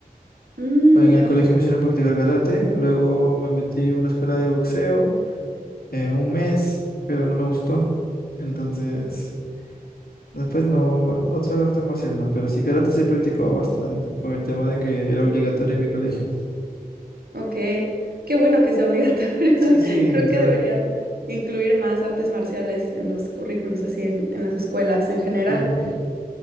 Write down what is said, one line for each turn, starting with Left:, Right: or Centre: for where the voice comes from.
Right: Mm,
Left: Pues
Right: mira,
Left: en el colegio me hicieron practicar karate. Luego me metí a una escuela de boxeo eh, un mes, pero no me gustó. Entonces, después no, otro arte marcial no, pero sí karate sí he practicado bastante por el tema de que era obligatorio en mi colegio.
Right: Ok, qué bueno que sea obligatorio.
Left: Sí, sí,
Right: <laughs>
Left: entre
Right: Creo que deberían
Left: lo-
Right: incluir más artes marciales en los currículos, así en, en las escuelas en general.
Left: pero-